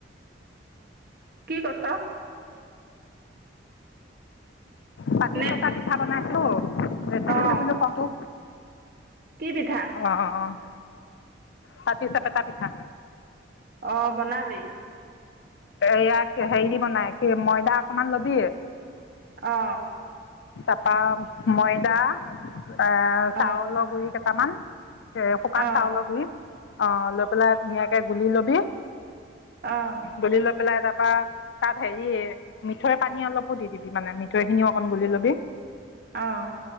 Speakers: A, on the right; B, on the left.
A: কি কছ
B: পাতি
A: নেট
B: চেপা পিঠা বনালো অ <unintelligible>
A: অ
B: কওঁটো
A: কি পিঠা
B: অ' অ'। পাতিচেপেটা পিঠা।
A: অ' বনালি?
B: এয়াক হেৰি দি বনায় কি, ময়দা অকমান ল'বি।
A: অ
B: তাৰপা ময়দা এ চাউলৰ
A: অ
B: গুৰি কেইট তামান এ শুকান
A: অ অ
B: চাউলৰ গুৰি, অ' লৈ পেলাই ধুনীয়াকে গুলি ল'বি।
A: অ
B: গুলি লৈ পেলাই তাত পা, তাত হেৰি মিঠৈৰ পানী অলপো দি দিবি মানে মিঠৈখিনি অকণ গুলি ল'বি। বি
A: অ'।